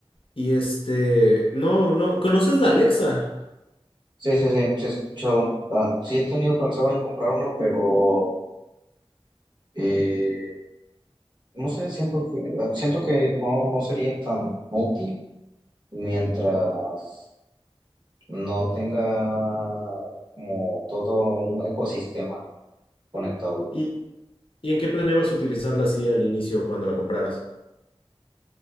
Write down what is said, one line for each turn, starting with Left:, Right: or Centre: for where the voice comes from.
Left: Y este, no, no, ¿conoces la Alexa?
Right: Sí, sí, sí, sí he escuchado. Ah, sí he tenido pensado en comprar uno, pero eh, no sé, siento que siento que no, no sería tan útil mientras no tenga como todo un ecosistema conectado.
Left: Y, ¿Y en qué planeabas utilizarla así al inicio cuando la compraras?